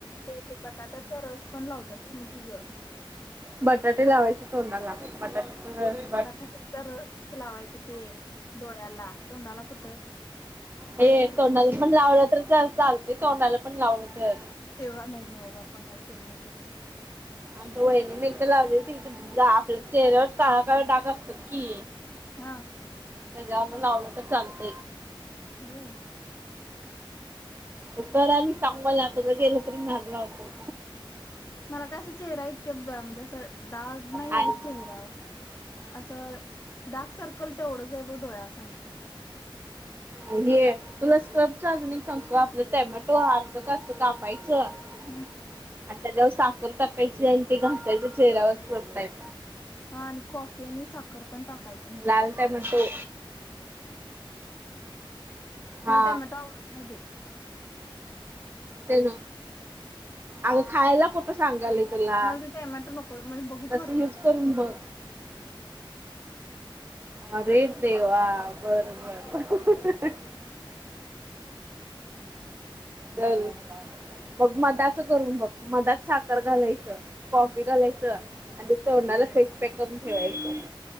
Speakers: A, on the left; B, on the right.
A: ते-ते बटाट्याचा रस पण लावतात की ग.
B: बटाटे लावायचे तोंडाला, बटाटे रस
A: बटाट्याचा रस लावायच ते डोळ्याला, तोंडाला कुठं.
B: हे
A: काहीतरी
B: तोंडाला
A: करशील
B: पण लावलं तर च चालते, तोंडाला पण लावलं तर.
A: तेव्हा माहित ना बाबा, आपण काय केलं नाही कधी.
B: आमच्या वहिणीने एखादा लावली ती आपल्या चेहऱ्यावर काळा-काळ डाग असतात की.
A: हा.
B: त्याच्यावरन लावलं तर चालत.
A: होय.
B: तू करा आणि सांग मला, तुझं गेलं तरी माज लावतो.
A: मला कसा चेहरा इतके, म्हणजे आस डाग नाहीय
B: आणि
A: चेहऱ्यावर असं डार्क सर्कल तेवढंच आहे बघ डोळ्याखाली.
B: हे, तुला स्क्रबचा अजून एक सांगतो, आपलं टोमॅटो अर्ध कच्च कापायच च आणि
A: हम्म
B: त्याच्यावर साखर टाकायची आणि ते घासायचा चेहरा स्क्रब टाईप.
A: हा आणि कॉफी आणि साखर पण टाकायची
B: लाल टोमॅटो. हा
A: मला टायमेट आवडणार नाही बाई.
B: तेन, अग खायला कुठं सांगालय. तुला,
A: मला ते टॅमॅटो नको म्हणजे बघूच
B: तस
A: वाटत
B: यूज
A: नाही टॅमॅटो
B: करून बघ. अरे देव... ! बरं-बरं-बरं.
A: टॅमॅटो <inaudible>
B: बर, मग मधाच करून मग मधात साखर घालायचं, कॉफी
A: हा
B: घालायचं, आणि तोडला फेस पॅक करून ठेवायचं.